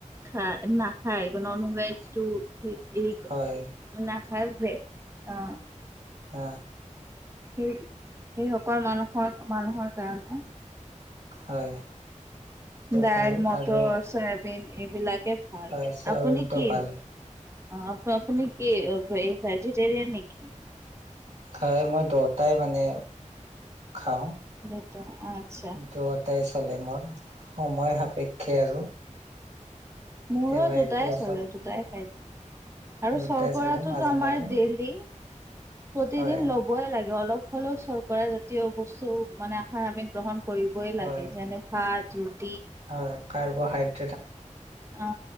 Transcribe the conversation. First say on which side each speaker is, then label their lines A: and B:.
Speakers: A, on the right (about 20°); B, on the right (about 60°).
A: খাই নাখায় নন ভেজ টো <unintelligible>
B: হয়
A: নাখাই অ
B: হ
A: সেই সেইসকল মানুহৰ মানুহৰ কাৰণে।
B: হয় এইটো
A: দাইল
B: ভাল
A: মটৰ
B: আৰু
A: চয়াবিন এইবিলাক। ভাল
B: হয় চয়াবিনটো
A: আপুনি কি
B: ভাল
A: অ আপুনি কি ভেজিটেৰিয়ান নেকি?
B: হয় মই দেটাই মানে খাওঁ
A: দুটা আচ্ছা
B: ত তাই চলে মোৰ সময় সাপেক্ষে আৰু কেতিয়াবা
A: মোৰো দুটাই
B: এইটোও
A: চলে দুটাই খাই থাকে আৰু
B: দুটাই
A: চৰ্কটোৰাতো
B: চলে মাজে
A: আমাৰ
B: মাজে
A: দেইলি প্ৰতিদিন
B: হয়
A: ল'বই লাগে অলপ হলেও চৰকাৰে জাতীয় বস্তু মানে আহাৰ আমি গ্ৰহণ কৰিবই
B: হয়
A: লাগে যেনে ভাত ৰপ <unintelligible>
B: হয় কাৰ্বহাইড্ৰে <unintelligible>
A: অ